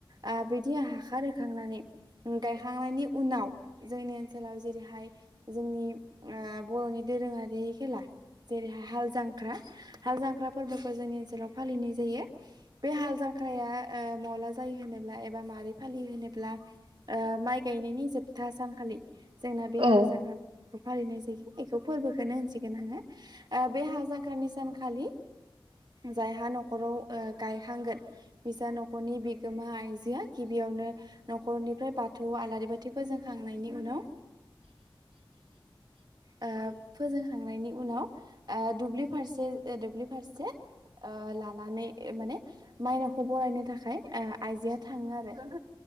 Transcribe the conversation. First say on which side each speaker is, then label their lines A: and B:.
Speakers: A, on the right; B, on the right.
A: ओ बिदि हाखार होखांनानै गायखांनायनि उनाव जोंनि ओनसोलाव जेरैहाय जोंनि ओ बर'नि दोरोङारि खेला जेरैहाय हाल जांख्रा हाल जांख्रा फोरबोखौ जोंनि ओनसोलाव फालिनाय जायो बे हाल जांख्राया ओ मला जायो होनोब्ला एबा मारै फालियो होनोब्ला ओ माइ गायनायनि जोबथा सानखालि जोंना बे
B: औ
A: हाल जांख्रा फालिनाय जायो इखौ फोरबोखौनो होनसिगोन आङो ओ बे हालजांख्रानि सानखालि
B: <inaudible>
A: जायहा न'खराव ओ गायहांगोन बिसा न'खरनि बिगोमा आइजोआ गिबियावनो न'खरनिफ्राय बाथौआव आलारि बाथिखौ फोजों ओंखांनायनि उनाव
B: <inaudible>
A: ओ फोजोंखांनायनि उनाव ओ दुब्लि फारसे ओ दुब्लि फारसे ओ लानानै माने माइनावखौ बरायनो थाखाय ओ आइजोआ थाङो आरो